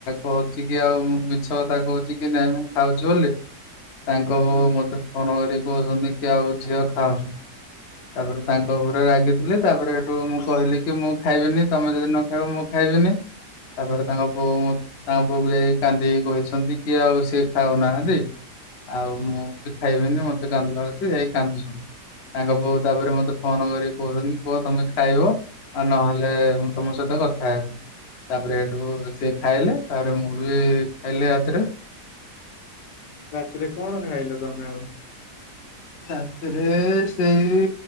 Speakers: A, on the left (about 50°); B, on the left (about 80°).
A: କହୁଚି କି ଆଉ ମିଛ କଥା କହୁଛି କି ନାଇଁ ମୁଁ ଖାଉଛୁ ବୋଲି। ତାଙ୍କ ବୋଉ ମୋତେ ଫୋନ କରି କହୁଛନ୍ତି କି ଆଉ ଝିଅ ଖାଉନି। ତାପରେ ତାଙ୍କ ଉପରେ ରାଗିଥିଲି ତାପରେ ହେଠୁ ମୁଁ କହିଲି କି ମୁଁ ଖାଇବିନି ତମେ ଯଦି ନ ଖାଇବ ମୁଁ ଖାଇବିନି। ତାପରେ ତାଙ୍କ ବୋଉ ମୁଁ ତାଙ୍କ ବୋଉକୁ ଯାଇକି କାନ୍ଦିକି କହିଛନ୍ତି କି ଆଉ ସିଏ ଖାଉନାହାନ୍ତି ଆଉ ମୁଁ ଖାଇବିନି ମତେ କାନ୍ଦଲାଗୁଛି ଯାଇ କାନ୍ଦୁଛନ୍ତି ତାଙ୍କ ବୋଉ ତାପରେ ମୋତେ ଫୋନ କରିକି କହୁଛନ୍ତି ପୁଅ ତମେ ଖାଇବ। ଆଉ ନହେଲେ ମୁଁ ତମ ସହିତ କଥା ହେବିନି। ତାପରେ ହେଠୁ ସେ ଖାଇଲେ ତାପରେ ମୁଁ ବି ଖାଇଲି ରାତିରେ।
B: ରାତିରେ କଣ ଖାଇଲ ତମେ ଆଉ?
A: ରାତିରେ ସେଇ